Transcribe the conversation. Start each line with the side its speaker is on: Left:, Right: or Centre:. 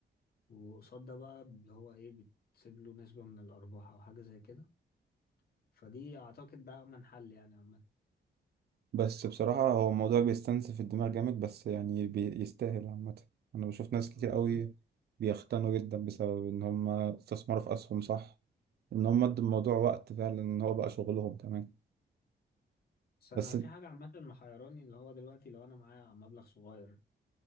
Left: وقصاد ده بقى اللي هو إيه بتسيب له نسبة من الأرباح أو حاجة زي كده فدي أعتقد ده أمن حل يعني عامة
Right: بس بصراحة هو الموضوع بيستنزف الدماغ جامد بس يعني بيستاهل عامة أنا بشوف ناس
Left: بالظبط
Right: كتير أوي بيختنوا جدا بسبب إن هما استثمروا في أسهم صح إن هما ادوا الموضوع وقت فعلا إن هو بقى شغلهم كمان
Left: بس انا
Right: بس
Left: في حاجه عامه محيراني اللي هو دلوقتي لو انا معايا مبلغ صغير